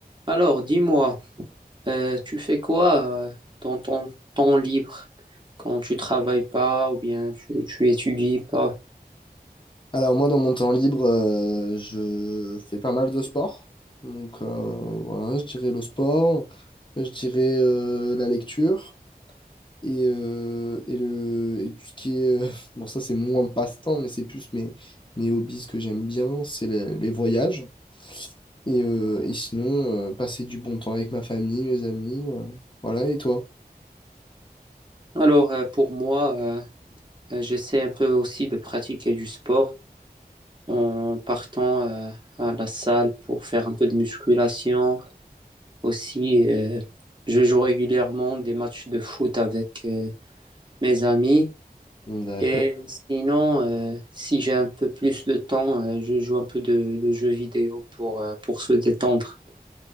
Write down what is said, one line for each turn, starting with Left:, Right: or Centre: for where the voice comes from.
Right: Alors, dis-moi, euh, tu fais quoi euh, dans ton temps libre quand tu travailles pas ou bien tu, tu étudies pas?
Left: Alors moi, dans mon temps libre, euh, je fais pas mal de sport. Donc euh, voilà, je dirais le sport, je dirais euh, la lecture et, euh, et, le, et tout ce qui est... euh, <laughs> bon, ça c'est moins passe-temps, mais c'est plus mes, mes hobbies que j'aime bien, c'est les, les voyages. Et, euh, et sinon, euh, passer du bon temps avec ma famille, mes amis. euh, voilà, et toi?
Right: Alors, euh, pour moi, euh, euh, j'essaie un peu aussi de pratiquer du sport en partant euh, à la salle pour faire un peu de musculation. Aussi, euh, je joue régulièrement des matchs de foot avec euh, mes amis.
Left: D'accord.
Right: Et sinon, euh, si j'ai un peu plus de temps, euh, je joue un peu de, de jeux vidéo pour, euh, pour se détendre.